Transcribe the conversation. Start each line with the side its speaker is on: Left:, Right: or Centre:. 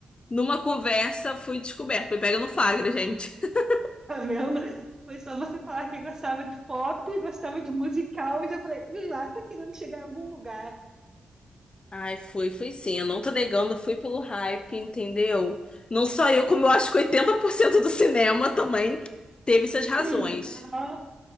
Left: numa conversa, fui descoberta. Me pega no flagra, gente. <laughs>
Right: Tá vendo? Foi só você falar que gostava de pop, gostava de musical, e já falei, hum, lá tá querendo chegar em algum lugar.
Left: Ai, fui, fui sim. Eu não tô negando, fui pelo hype, entendeu? Não só eu, como eu acho que 80% do cinema também teve suas razões.
Right: Sim. Aham.